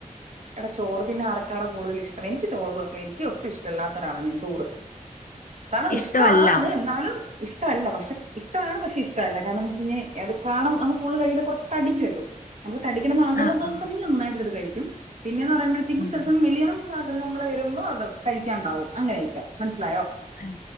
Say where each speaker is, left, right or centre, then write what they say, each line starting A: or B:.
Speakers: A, on the right; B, on the left.
A: എടാ ചോറ് പിന്നെ ആർക്കാട കൂടുതൽ ഇഷ്ടം എനിക്ക് ചോറ് പേയ്സണലി എനിക്ക് ഒട്ടും ഇഷ്ടല്ലാത്ത ഒരാളാണ് ഞാൻ ചോറ് കാരണം
B: ഇഷ്ടമല്ല
A: ഇഷ്ടവാണ് എന്നാലും ഇഷ്ടമല്ല പക്ഷെ ഇഷ്ടമാണ് പക്ഷെ ഇഷ്ടല്ല കാരണം എന്ത വെച്ച് കഴിഞ്ഞാൽ അത് കാരണം നമ്മള് കൂടുതലും കഴിക്കുന്ന കുറച്ച് തടിക്കുവല്ലോ നമുക്ക് തടിക്കണന്ന് ആഗ്രഹം
B: ആ
A: തോന്നുന്ന
B: ആ
A: സമയം ഞാൻ നന്നായിട്ട് അത് കഴിക്കും പിന്നെയെന്ന് പറയുമ്പഴത്തേക്കും
B: ഉം,
A: ചില സമയം മെലിയണം ആഗ്രഹങ്ങൾ വരുമ്പോ അത് കഴിക്കാണ്ടാവും അങ്ങനെയൊക്കെ മനസ്സിലായോ
B: ഉം,